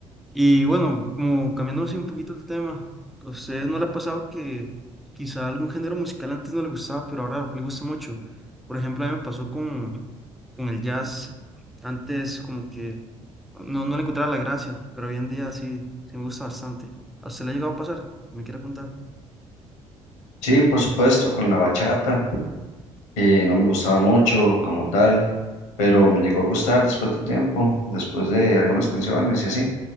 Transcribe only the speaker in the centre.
Y bueno, como cambiando así un poquito el tema, ¿a usted no le ha pasado que quizá algún género musical antes no le gustaba, pero ahora le gusta mucho? Por ejemplo, a mí me pasó con, con el jazz. Antes como que no, no le encontraba la gracia, pero hoy en día sí, sí me gusta bastante. ¿A usted le ha llegado a pasar? ¿Me quiere contar?